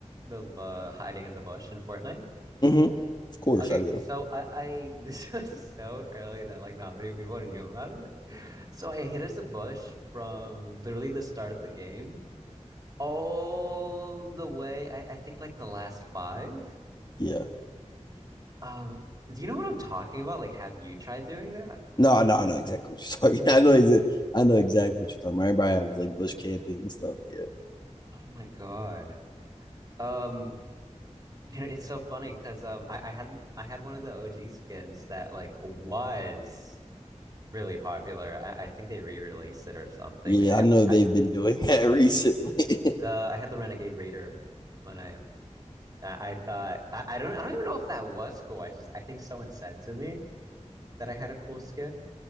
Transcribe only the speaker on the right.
the uh, hiding as a bush in Fortnite?
Okay,
so I, I <laughs> this was so early that like not many people knew about it. So I hid as a bush from literally the start of the game all the way. I, I think like the last five.
Um, do you know what I'm talking about? Like, have you tried doing that?
Oh my God. Um, <laughs> you know, it's so funny because um I, I had I had one of the OG skins that like was really popular. I, I think they re-released it or something.
I had
I,
the I had the Renegade Raider when I I, I thought I, I don't I don't even know if that was cool. I just I think someone said to me that I had a cool skin.